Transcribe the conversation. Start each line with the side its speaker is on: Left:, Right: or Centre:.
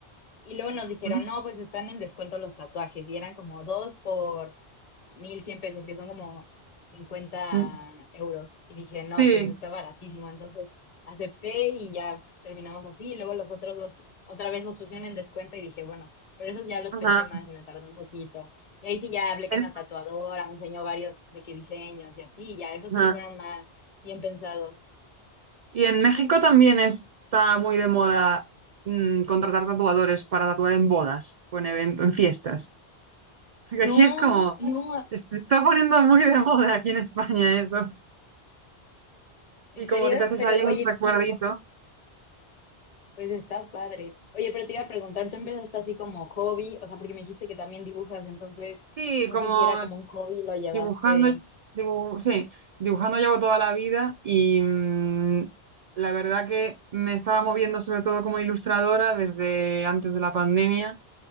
Left: y luego nos dijeron,
Right: Ujú.
Left: no, pues están en descuento los tatuajes. Y eran como dos por mil cien pesos, que son como cincuenta
Right: mm,
Left: euros. Y dije,
Right: Sí,
Left: no, pues está baratísimo. Entonces acepté y ya terminamos así. Y luego los otros dos, otra vez los pusieron en descuento y dije, bueno, pero esos ya los
Right: ajá.
Left: pensé más y me tardé un poquito. Y ahí sí ya hablé
Right: En-
Left: con la tatuadora, me enseñó varios de qué diseños y así. y ya, esos sí
Right: ajá.
Left: fueron más bien pensados.
Right: Y en México también está muy de moda mm, contratar tatuadores para tatuar en bodas o en eventos, en fiestas. <laughs> Porque aquí
Left: No,
Right: es como,
Left: no,
Right: se está poniendo muy de moda aquí en España eso.
Left: ¿En
Right: Y como
Left: serio?
Right: que te haces
Left: Pero
Right: ahí un
Left: oye,
Right: recuerdito.
Left: pues está padre. Oye, pero te iba a preguntar, ¿tú empezaste así como hobby? O sea, porque me dijiste que también dibujas, entonces
Right: Sí,
Left: no
Right: como
Left: sé si era como un hobby, lo llevaste.
Right: dibujando, dibu- sí, dibujando llevo toda la vida y mm, la verdad que me estaba moviendo sobre todo como ilustradora desde antes de la pandemia